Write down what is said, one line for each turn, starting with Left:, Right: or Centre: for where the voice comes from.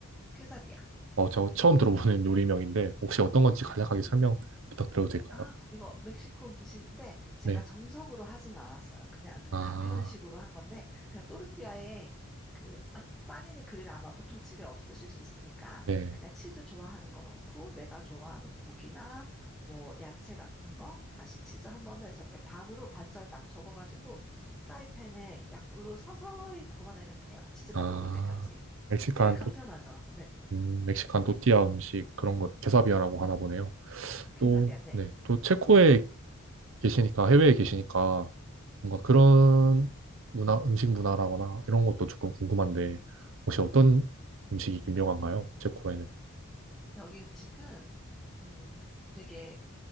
Centre: 퀘사디아.
Right: 어, 저 처음 들어보는 <laughs> 요리명인데, 혹시 어떤 건지
Centre: 네.
Right: 간략하게 설명 부탁드려도 될까요?
Centre: 아, 이거 멕시코 음식인데 제가
Right: 네.
Centre: 정석으로 하지는 않았어요. 그냥
Right: 아,
Centre: 간편식으로 한 건데 그냥 또르띠아에 그 아, 빠니니 그릴 아마 보통 집에 없으실 수 있으니까
Right: 네.
Centre: 그냥 치즈 좋아하는 거 넣고 내가 좋아하는 고기나 뭐 야채 같은 거 다시 치즈 한 번 더 해서 이렇게 반으로 반절 딱 접어가지고 프라이팬에 약불로 서서히 구워내면 돼요. 치즈가
Right: 아,
Centre: 녹을 때까지.
Right: 멕시칸
Centre: 되게 간편하죠.
Right: 또,
Centre: 네.
Right: 음, 멕시칸 또띠아 음식 그런 거 케사비야라고 하나 보네요.
Centre: 캔사디아.
Right: 또,
Centre: 네.
Right: 네. 또 체코의 계시니까, 해외에 계시니까, 뭔가 그런 문화, 음식 문화라거나 이런 것도 조금 궁금한데, 혹시 어떤 음식이 유명한가요? 체코에는.
Centre: 여기 음식은 음 되게